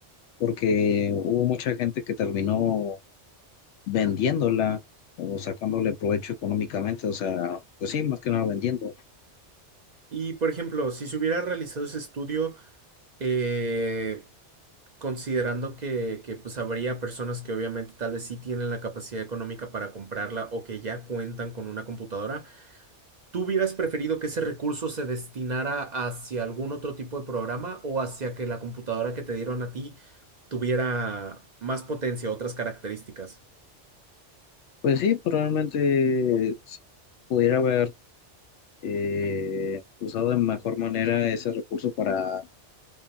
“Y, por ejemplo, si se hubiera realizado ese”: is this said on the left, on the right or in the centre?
Right